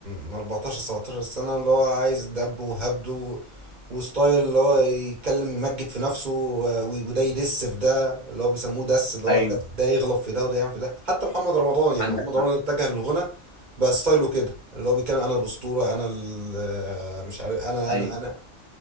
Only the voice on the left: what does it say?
ايوه
عندك
حق
ايوه